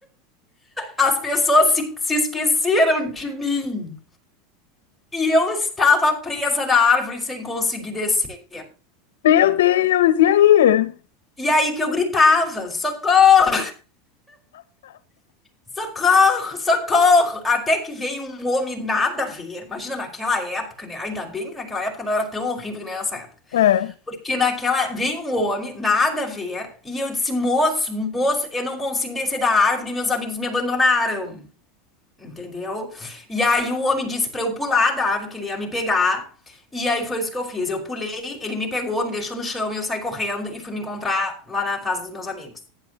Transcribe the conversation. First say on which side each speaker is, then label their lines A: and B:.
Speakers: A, in the centre; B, on the left.
A: As pessoas se, se esqueceram de mim. E eu estava presa na árvore sem conseguir descer.
B: Meu Deus, e aí?
A: E aí que eu gritava: socorro! Socorro, socorro! Até que veio um homem nada a ver. Imagina naquela época, né? Ainda bem que naquela época não era tão horrível que nem nessa época.
B: É.
A: Porque naquela veio um homem nada a ver e eu disse: "Moço, moço, eu não consigo descer da árvore e meus amigos me abandonaram". Entendeu? E aí o homem disse pra eu pular da árvore que ele ia me pegar. E aí foi isso que eu fiz. Eu pulei, ele me pegou, me deixou no chão e eu saí correndo e fui me encontrar lá na casa dos meus amigos.